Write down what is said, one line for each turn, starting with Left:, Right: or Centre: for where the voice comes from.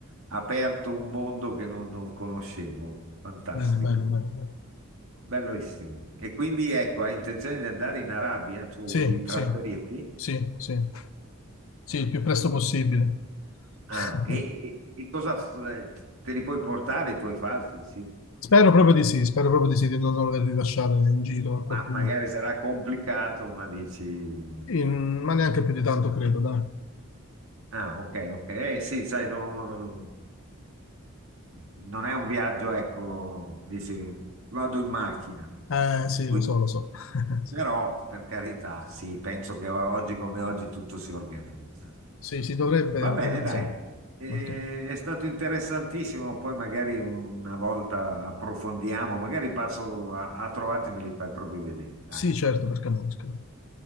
Right: aperto un mondo che non, non conoscevo. Fantastico,
Left: Bene, bene, bene, bene.
Right: bellissimo. E quindi ecco, hai intenzione di andare in Arabia, tu
Left: Sì,
Right: di trasferirti?
Left: sì, sì, sì, sì, il più presto possibile.
Right: Ah,
Left: <laughs>
Right: e, e- e cosa f- eh, te li puoi portare i tuoi falchi? Sì,
Left: Spero proprio di sì, spero proprio di sì, di non dover rilasciare in giro a qualcuno.
Right: ma magari sarà complicato, ma dici...
Left: Sì, mm, ma neanche più di tanto, credo, dai.
Right: Ah, ok, ok. Eh, sì, sai, non, non è un viaggio, ecco, dici, vado in macchina.
Left: Eh, sì,
Right: Qui.
Left: lo so, lo so. <laughs>
Right: Però, per carità, sì, penso che oggi come oggi tutto si organizza.
Left: Sì, si dovrebbe
Right: Va
Left: organizzare.
Right: bene, dai, Eh,
Left: Ok.
Right: è stato interessantissimo. Poi magari una volta approfondiamo, magari passo a, a trovarti e me li fai proprio vedere. Dai.
Left: Sì, certo, perché no, perché no.